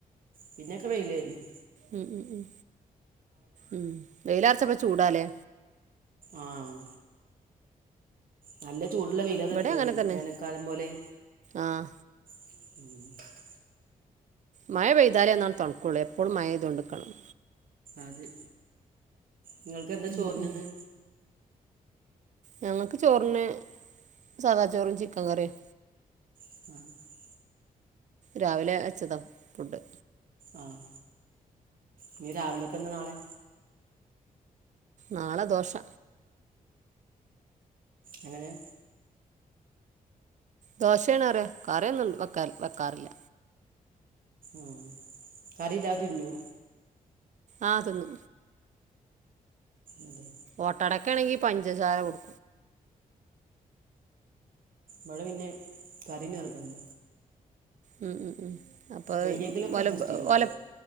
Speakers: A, on the right; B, on the right.
A: പിന്നൊക്കെ വെയ്ല്ലായ്രുന്നു
B: ഉം ഉം ഉം ഉം വെയിലർച്ചപ്പം ചൂടാല്ലെ
A: ആഹ് നല്ല ചൂടുള്ള വെയിലാ തെട്ക്കിണതേ
B: ഇവിടെ അങ്ങനെ തന്നെ
A: വേനൽക്കാലം പോലെ
B: ആഹ്
A: <unintelligible>
B: മയ പെയ്താലേ ഒന്നണ് തണക്കൊള്ളൂ എപ്പളും മയെയ്തോണ്ട്ക്കണം
A: അതെ ഇങ്ങൾക്ക് എന്താ
B: ഉം
A: ചോറിന്
B: ഉം
A: ന്ന്
B: ഞങ്ങക്ക് ചോർന് സാദാ ചോറും ചിക്കങ്കറിയാ
A: <unintelligible>
B: രാവിലെ വെച്ചതാ ഫുഡ്
A: ആഹ് ഇഞ്ഞ് രാവിലെക്കെന്താ നാളെ
B: നാളെദോഷ
A: എങ്ങെന
B: ദോശ്യേണറയ കറിയൊന്നും വക്കാ വക്കാറില്ല
A: ഉം കറില്ലാ തിന്നോ
B: ആഹ് തിന്നു
A: അതെ
B: ഓട്ടടക്കാണെങ്കി പഞ്ചസാരൊട്
A: ബടെ പിന്നെ കറി നിർബന്ധ
B: ഉം ഉം ഉം അപ്പ അ
A: വയ്യെങ്കിലൊക്കെ
B: വല
A: അഡ്ജസ്റ്റ് ചെയ്യും
B: ഓലെ
A: കേട്ടോ